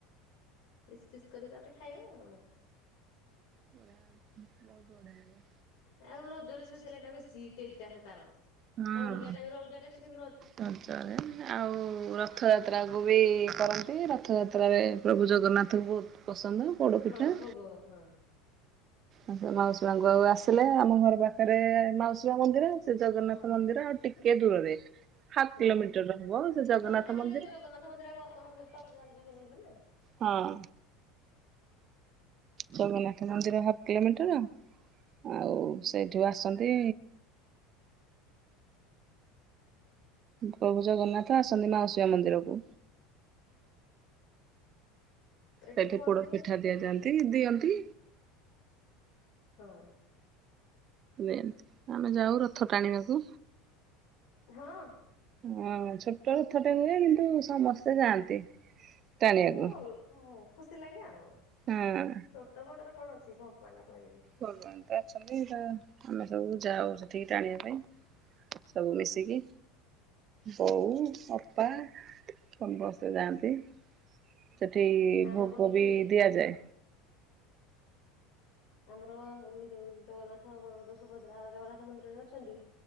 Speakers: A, on the left; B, on the right.
A: ପିସ୍ ପିସ୍ କରିକି ତାପରେ ଖାଇବେ ଆଉ।
B: ବଢ଼ିଆ ବହୁତ ବଢିଆ ଲାଗେ।
A: ଆଉ ରଜରେ ସ୍ପେଶାଲଟା ବେଶୀ ଟେଷ୍ଟ ଆସେ ତାର।
B: ହଁ।
A: ଅଲଗା ଟାଇମରେ ଅଲଗା ଟେଷ୍ଟ କି
B: <unintelligible> ଆଉ ରଥଯାତ୍ରାକୁ ବି କରନ୍ତି ର ରଥଯାତ୍ରାରେ ପ୍ରଭୁ ଜଗନ୍ନାଥଙ୍କୁ ପସନ୍ଦ ପୋଡ଼
A: ହଁ
B: ପିଠା।
A: ଭୋଗ ହଁ ହଁ
B: ଆ ମାଉସୀ ମାଙ୍କୁ ପାଖକୁ ଆସିଲେ। ଆମ ଘର ପାଖରେ ମାଉସୀ ମା ମନ୍ଦିର। ସେ ଜଗନ୍ନାଥ
A: ହଁ
B: ମନ୍ଦିର ଆଉ ଟିକେ ଦୂରରେ। ହାଫ୍
A: ହଁ
B: କିଲୋମିଟର
A: ହଁ
B: ହବ ସେ ଜଗନ୍ନାଥ
A: ହଁ ଚାହେଲେ
B: ମନ୍ଦିର।
A: ଜଗନ୍ନାଥ ମନ୍ଦିର ଆଉ ମାଉସୀମା ମନ୍ଦିର ତ ଅଲଗା ହିଁ ରହିବ ନା।
B: ହଁ। ଜଗନ୍ନାଥ ମନ୍ଦିର ହାଫ୍ କିଲୋମିଟର। ଆଉ ସେଇଠିୁ ଆସନ୍ତି।
A: <inaudible>
B: ପ୍ରଭୁ ଜଗନ୍ନାଥ ଆସନ୍ତି ମାଉସୀମା ମନ୍ଦିରକୁ।
A: <inaudible> ସେଇଠି
B: ସେଠି
A: ରୁହନ୍ତି।
B: ପୋଡ ପିଠା ଦିଆଯାଆନ୍ତି ଦିଅନ୍ତି।
A: ହଁ।
B: ଏମିତି ଆମେ ଯାଉ ରଥ ଟାଣିବାକୁ।
A: ହଁ।
B: ହଁ ଛୋଟ ରଥ ଟେ ହୁଏ କିନ୍ତୁ ସମସ୍ତେ ଯାଆନ୍ତି। ଟାଣିବାକୁ।
A: ତ ଗୋଟେ ଭଲ ଖୁସି ଲାଗେ ଆଉ
B: ହଁ
A: ଛୋଟ ବଡ଼ରେ କଣ ଅଛି ଭଗବାନଙ୍କୁ କହିବେ।
B: ଭଗବାନ <unintelligible> ଆମେ ସବୁ ଯାଉ ସେଠିକି ଟାଣିବା ପାଇଁ। ସବୁ ମିଶିକି। ବୋଉ ଅପା ସମସ୍ତେ ଯାଆନ୍ତି। ସେଠି
A: ହଁ ହଁ ଆମ
B: ଭୋଗ
A: ପଟେ ବି
B: ବିି
A: ହୁଏ।
B: ଦିଆ ଯାଏ
A: ଆମର ଯୋଉ ଜଗନ୍ନାଥ ବଲଭଦ୍ର ସୁଭଦ୍ରା ଜଗନ୍ନାଥ ମନ୍ଦିରରେ ଅଛନ୍ତି